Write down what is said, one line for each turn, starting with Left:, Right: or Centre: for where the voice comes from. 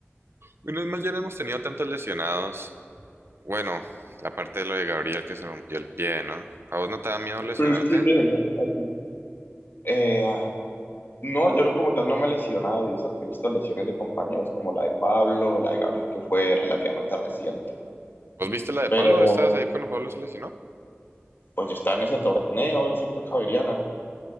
Right: Menos mal ya no hemos tenido tantos lesionados. Bueno, aparte de lo de Gabriel que se rompió el pie, ¿no? ¿A vos no te da miedo lesionarte?
Left: Pero es que desde entonces, así, eh, No, yo no como tal no me he lesionado y eso que he visto lesiones de compañeros como la de Pablo, la de Gabriel, que fue relativamente reciente.
Right: ¿Vos viste la de
Left: Pero
Right: Pablo? ¿Estabas ahí cuando Pablo se lesionó?
Left: pues yo estaba en ese torneo, eso fue en Javeriana.